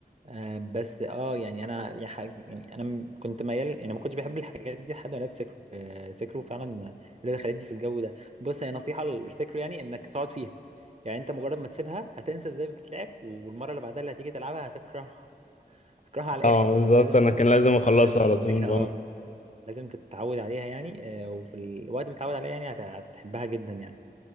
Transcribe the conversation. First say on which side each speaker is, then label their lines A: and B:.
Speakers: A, on the right; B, on the left.
A: آه بس اه يعني انا يا حاج- يعني انا م- كنت ميال يعني أنا ما كنتش بحب الحاجات دي لحد ما لعبت سكرو آه سكرو فعلا اللي دخلتني في الجو ده بص هي نصيحه للسكرو يعني انك تقعد فيها يعني انت مجرد ما تسيبها هتنسى ازاي بتتلعب والمره اللي بعدها اللي هتيجي تلعبها هتكره تكرهها على
B: اه
A: الاخر
B: بالظبط
A: فانت لازم
B: انا كان لازم اخلصها
A: تمسكها
B: على طول اه
A: اه لازم تتعود عليها يعني آه وفي الوقت ما تتعود عليها يعني هت- هتحبها جدا يعني